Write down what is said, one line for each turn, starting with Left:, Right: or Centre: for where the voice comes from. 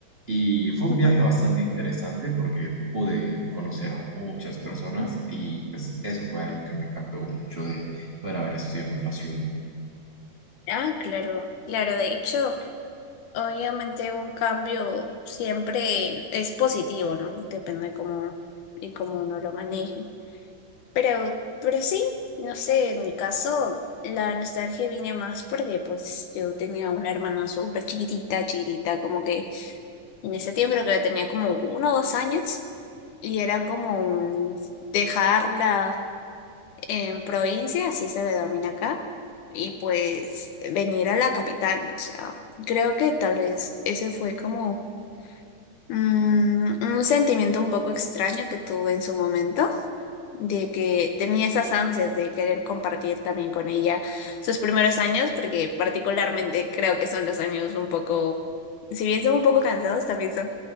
Right: Y fue
Left: Ujú.
Right: un viaje bastante interesante porque pude conocer a muchas personas y pues eso fue algo que me encantó mucho de poder haber estudiado en otra ciudad.
Left: Ah, claro, claro. De hecho, obviamente un cambio siempre es positivo, ¿no? Depende de cómo, y cómo uno lo maneje. Pero, pero sí, no sé, en mi caso la nostalgia viene más porque pues yo tenía una hermana súper chiquitita, chiquitita, como que en ese tiempo creo que la tenía como uno o dos años y era como un dejarla en provincia, así se le denomina acá, y pues venir a la capital, ¿no? O sea, creo que tal vez ese fue como mm, un sentimiento un poco extraño que tuve en su momento de que tenía esas ansias de querer compartir también con ella sus primeros años, porque particularmente creo que son los años un poco, si bien son un poco cansados, también son